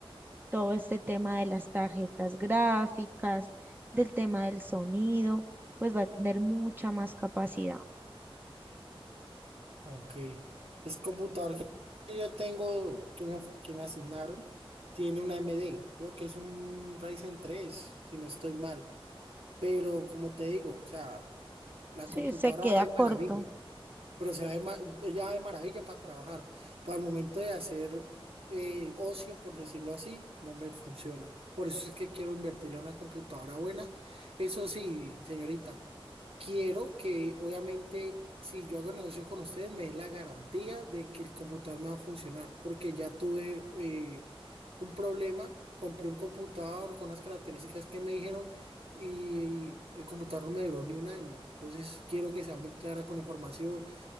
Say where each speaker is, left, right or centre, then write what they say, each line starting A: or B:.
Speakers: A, on the right; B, on the right.
A: todo este tema de las tarjetas gráficas, del tema del sonido, pues va a tener mucha más capacidad.
B: Ok. El computador que que yo tengo, que me, que me asignaron, tiene una A M D Creo que es un Ryzen tres si no estoy mal. Pero como te digo, o sea, la
A: Sí,
B: computadora
A: se queda
B: es
A: corto.
B: maravilla pero se va de ma- ella va de maravilla para trabajar. Para el momento de hacer eh, ocio, por decirlo así, no me funciona. Por eso es que quiero invertirle a una computadora buena. Eso sí, señorita, quiero que obviamente si yo hago el negocio con ustedes, me den la garantía de que el computador me va a funcionar, porque ya tuve eh, un problema, compré un computador con las características que me dijeron y el computador no me duró ni un año. Entonces quiero que sea muy clara con la información